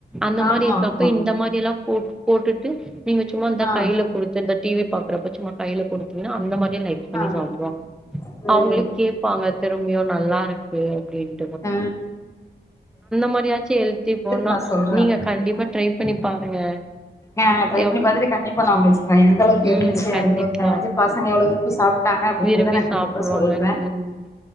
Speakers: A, in the centre; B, on the left (about 15°).
A: அந்த
B: ஆமா
A: மாரி இருகப்ப
B: ஆமா
A: இந்த மாரி எல்லா போட் போட்டுட்டு நீங்க சும்மா இந்த
B: ஆ
A: கைல குடுத்து இந்த டிவி பாக்குறப்ப சும்ம கைல குடுத்தீங்ன அந்த மாரி லைக் பண்ணி
B: ஆ
A: சாப்டுவாங்
B: சரிங்க
A: அவுங்ளோ
B: தோழி
A: கேப்பாங்க திரும்ப்யு நல்லாருக்கு அப்டின்
B: அ
A: மாரியாச்சு எல்த்தி போனா
B: நா சொல்றே
A: நீங்க
B: உங்களுக்கு
A: கண்டிப்பா ட்ரை பண்ணி பாருங்க
B: ஏங்க ட்ரை
A: எவ்
B: பண்ணி பாத்துட்டு கண்டிப்பா நா உங்களுகு <unintelligible> எந்தளவுக்
A: ம்
B: நல்லார்ந்துச்சி
A: கண்டிப்பா
B: பசங்க எவ்ளோ விரும்பி சாப் காங்க அப்டின்றத
A: விரும்பி
B: நா கண்டிப்பா
A: சாப்டுவாங்க
B: சொல்ற
A: ம் ம்